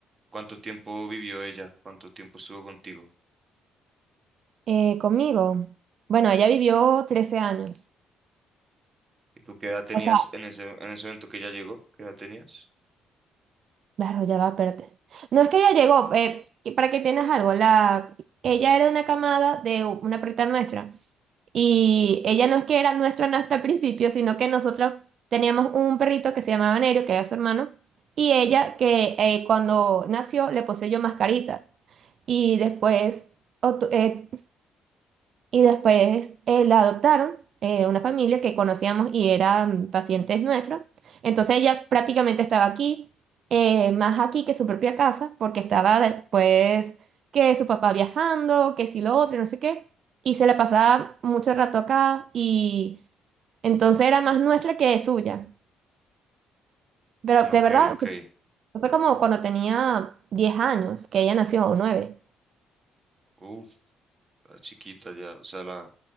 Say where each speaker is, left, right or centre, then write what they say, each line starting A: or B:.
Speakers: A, on the right; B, on the right.
A: ¿Cuánto tiempo vivió ella? ¿Cuánto tiempo estuvo contigo?
B: Eh, conmigo, bueno, ella vivió 13 años.
A: ¿Y tú qué edad tenías
B: O sea,
A: en ese, en ese evento que ella llegó? ¿Qué edad tenías?
B: claro, ya va, espérate. No es que ella llegó, eh, que- para que tengas algo, la, ella era una camada de una perrita nuestra. Y ella no es que era nuestra hasta el principio, sino que nosotros teníamos un perrito que se llamaba Nerio, que era su hermano, y ella que eh, cuando nació le poseyó mascarita. Y después obtu- eh, y después eh, la adoptaron eh, una familia que conocíamos y eran pacientes nuestros. Entonces ella prácticamente estaba aquí, eh, más aquí que su propia casa, porque estaba después que su papá viajando, que si lo otro, y no sé qué. Y se la pasaba mucho rato acá y entonces era más nuestra que suya. Pero de
A: Ok,
B: verdad,
A: ok.
B: se- fue como cuando tenía diez años, que ella nació, o 9.
A: Uf, la chiquita ya, o sea, la,